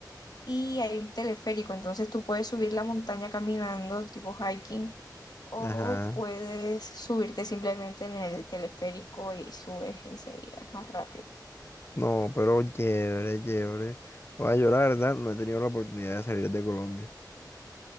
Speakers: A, on the left; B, on the left.
A: Y hay un teleférico, entonces tú puedes subir la montaña caminando, tipo hiking, o
B: Ajá.
A: puedes subirte simplemente en el teleférico y subes enseguida, es más rápido.
B: No, pero chévere, chévere. Oye, yo la verdad no he tenido la oportunidad de salir de Colombia.